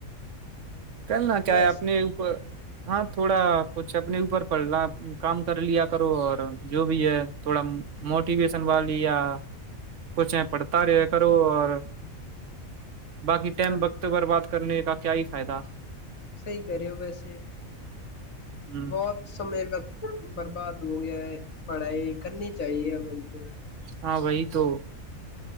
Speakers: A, on the right; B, on the left.
A: کرنا کیا
B: بس
A: ہے اپنے اوپر ہاں تھوڑا کچھ اپنے اوپر پڑھنا کام کر لیا کرو اور جو بھی ہے تھوڑا موٹیویشن والی یا کچھ ہے پڑھتا رہ کرو اور باقی ٹیم
B: ہاں
A: بکت بربات کرنے کا کیا فائدہ
B: صحی کرے ہو ویسے
A: ہ
B: بہت سمے کا برباد ہو گیا ہے پڑھائی کرنی چاہیے اب ہم کو
A: ہاں وہی تو